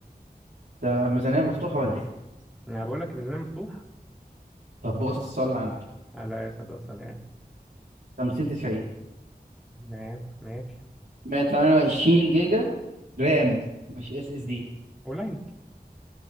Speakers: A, on the right; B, in the centre.
A: ده ميزانية مفتوحة ولا إيه؟
B: انا بقول لك الميزانية مفتوحة
A: طب بص صل على النبي
B: آه، لا يا صديقي سلام
A: 50 90
B: تمام ماشي
A: 128 جيجا رام مش اس اس دي
B: قليل